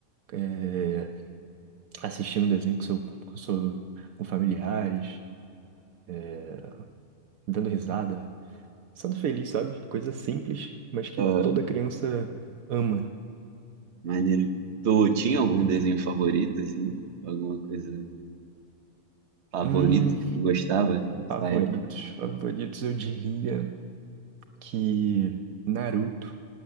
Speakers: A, on the right; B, on the right.
A: é, assistindo desenho com seu, com seu, com familiares, é, dando risada, sendo feliz, sabe? Coisa simples, mas que
B: Ah,
A: toda criança ama.
B: maneiro. Tu tinha algum desenho favorito, assim? Alguma coisa favorito
A: Hum,
B: que tu gostava
A: favoritos,
B: nessa época?
A: favoritos, eu diria que Naruto